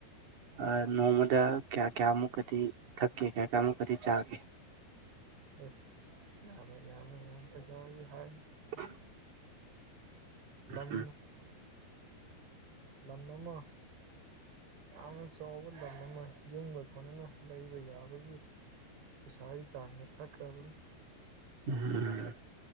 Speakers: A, on the right; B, on the right.
A: ꯑꯥ ꯅꯣꯡꯃꯗ ꯀꯌꯥ ꯀꯌꯥꯃꯨꯛꯀꯗꯤ ꯊꯛꯀꯦ ꯀꯌꯥ ꯀꯌꯥꯃꯨꯛꯀꯗꯤ ꯆꯥꯒꯦ
B: ꯑ‌ꯦꯁ ꯌꯥꯃꯦ ꯌꯥꯃꯦ ꯌꯥꯝ ꯄꯩꯁꯒꯤ ꯍꯥꯏ
A: <unintelligible>
B: ꯂꯝ
A: ꯎꯝ
B: ꯂꯝ ꯑꯃ ꯌꯥꯝꯅ ꯆꯥꯎꯕ ꯂꯝ ꯑꯃ ꯌꯨꯝꯒ ꯀꯣꯟꯅꯅ ꯂꯩꯕ ꯌꯥꯕꯒꯤ ꯄꯩꯁꯥꯒꯤ ꯆꯥꯡꯅ ꯊꯛꯈ꯭ꯔꯕꯅꯤ
A: ꯎꯝꯝ